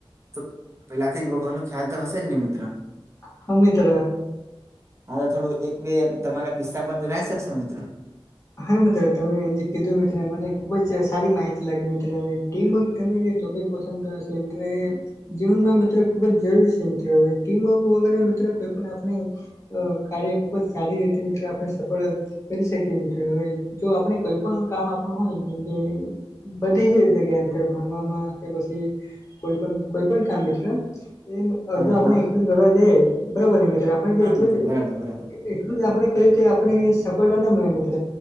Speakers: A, on the right (about 30°); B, on the left (about 30°).
A: તો પેલાથી જ ભગવાનો ખ્યાલ તો હશે ને મિત્ર
B: હા મિત્ર
A: હા તો થોડું એક બે તમારા કિસ્સા પણ જણાઈ શકશો મિત્ર
B: હા મિત્ર તમે જે કીધું એ મિત્ર મને ખુબ જ સારી માહિતી લાગી મિત્ર હવે ટીમ વક તમે જે ટોપિક પસંદ કરો શ એમકે જીવનમાં મિત્ર ખુબ જ જરૂરી છે મિત્ર હવે ટીમવર્ક વગરે મિત્ર કોઈ પણ આપણે અ કાર્ય ખુબ જ સારી રીતે મિત્ર આપણે સફળ કરી શકીએ મિ હવે જો આપણે કોઈ પણ કામ આપણું હોય જેમકે બધી જ જગ્યાએ મિત્ર ભણવા માં કે પછી કોઈ પણ કોઈ પણ કામ મિત્ર એમ અ
A: હા
B: જો આપણે
A: હા
B: એટલું જ કરવા જયે બરાબર ને મિત્ર આપણે જો
A: હા
B: એટલું
A: મિત્ર
B: જ
A: બરાબર બરાબર
B: એ ટલુ જ આપણે કરીએ તો આપણે કંઈ સફળતા ના મળે મિત્ર